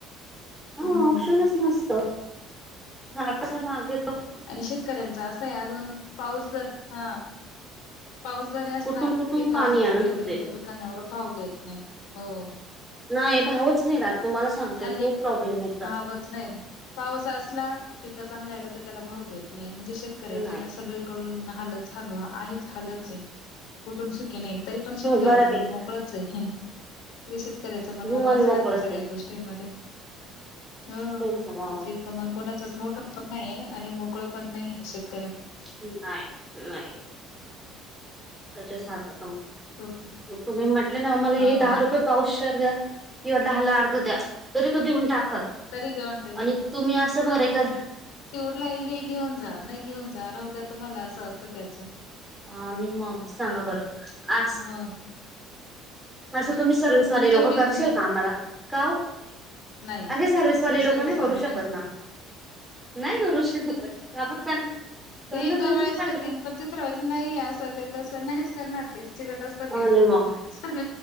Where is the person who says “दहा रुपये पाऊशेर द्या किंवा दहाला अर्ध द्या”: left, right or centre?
Centre